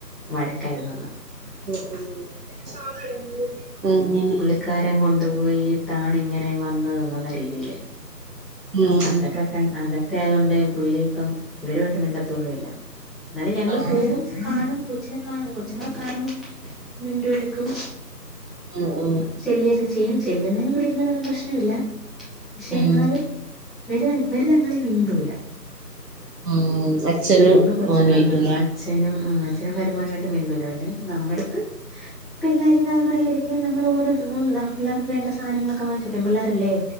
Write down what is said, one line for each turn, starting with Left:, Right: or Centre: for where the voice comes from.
Centre: വഴക്കായിരുന്നു അന്ന്
Right: ഉം ഉം അങ്ങനെ
Centre: ക്കാരം കൊണ്ടു പോയിട്ടാണ്ങ്ങനെ വന്നതെന്നുള്ള രീതില് അപ്പൊ
Right: ആഹ്
Centre: അതൊക്കെ കണ്ട് അതൊക്കെ ആയതോണ്ട് പുള്ളിപ്പം ഇവരുവായിട്ട് മിണ്ടത്തൊന്നുല്ല ന്നാലും ഞങ്ങള്
Right: ആഹ്
Centre: പോകും കാണും കൊച്ചിനെ കാ കൊച്ച്ങ്ങളെ കാണും മിണ്ടു ണ്ട്ക്കും
Right: ആഹ്
Centre: ചെല്ലിയൊക്കെ ചെയ്യും ചെല്ലുന്നേനും പിടിക്കുന്നേനൊന്നും പ്രശ്നല്ല പക്ഷെ
Right: ആഹ്
Centre: ന്നാലും ഇവര് ഇവരര് തങ്ങളി മിണ്ടൂല
Right: ഉആ അച്ഛനും
Centre: അതുകൊണ്ട് കൊച്ച്
Right: ഓനുആയ്റ്റ്ലെ
Centre: ആഹ് അച്ഛനും ഉം അച്ഛനും മരുമോനായിട്ട് മിണ്ടൂല പിന്നെ നമ്മെട്ത്ത് പിള്ളേര് കഥ പറയ് എടക്ക്‌ നമ്മൾ ഓരോസം പിള്ളേർക്ക് വേണ്ട സാധനങ്ങളൊക്കെ വാങ്ങിച്ച് പെമ്പിള്ളാരല്ലേ